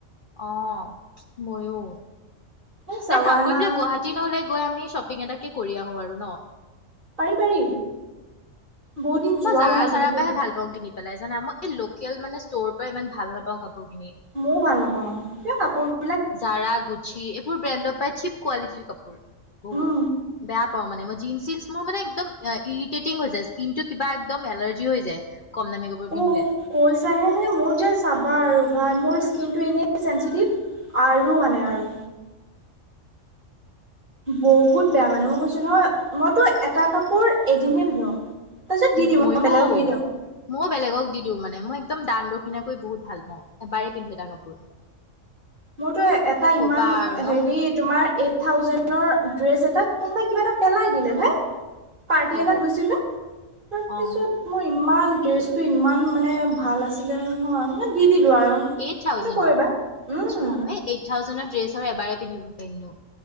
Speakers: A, on the left; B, on the right.
A: অঁ মইয়ো
B: এই চাৱানা
A: নাই কাম কৰি পেলাই গুৱাহাটী নহলে। আমি শ্বপিং এটে কৰি আহো আৰু ন।
B: পাৰি পাৰি বহুত দিন
A: মই
B: যোৱাও
A: জাৰা-
B: নাই
A: চাৰা
B: কিন্তু দেই
A: পৰাহে ভাল পাওঁ কিনি, পেলাই জান মই এই লোকেল মানে ষ্ট'ৰ পৰা ইমান ভাল নাপাওঁ কাপোৰ। কিনি।
B: মইও ভাল নাপাওঁ কিবা কাপোৰবোৰ,
A: জাৰা গুছি এইবোৰ ব্ৰেণ্ডৰ পৰায় চিপ কোৱালিটিৰ কাপোৰ বহুত
B: উম
A: বেয়া। জিনছ, চিনচ মোৰ মানে ইৰীতেটিং হৈ যায় স্কীন টো কিবা মানে এলাৰ্জি হৈ যায়। কম দামী কাপোৰ পিন্ধিলে
B: অঁ কৈছাহে নে মোৰ যে চাবা আৰু। মোৰ স্কিনটো এনেই চেঞ্চিটিভ আৰু মানে আৰু বহুত বেয়া মানে মই কৈছো নহয় মইতো এটা কাপোৰ এদিনহে পিন্ধো তাৰপিছত দি দিওঁ
A: ময়ো
B: মই বেলেগক দি দিওঁ
A: ময়োঁ বেলেগক দি দিওঁ মানে মই একদম দান দক্ষিণাকৈ বহুত ভাল পাওঁ এবাৰেই পিন্ধো এটা কাপোৰ
B: মোৰ তো এটা
A: কি
B: হেৰি
A: ক'বা আৰু ন
B: ইমান এইট থাউজেণ্ডৰ ড্ৰেছ এটাত কোনোবাই কিবা এটা পেলাই দিলে ভাই পাৰ্টি
A: অ',
B: এটা গৈছিলো, তাৰপিছত
A: অ',
B: মোৰ ইমান ড্ৰেছটো ইমান মানে ভাল আছিলে নহয় মানে দি দিলো আৰু
A: এইট থাউজেণ্ডৰ
B: কিনো কৰিবা উম
A: ড্ৰেছ আৰু এবাৰে পিন্ধিব পাৰি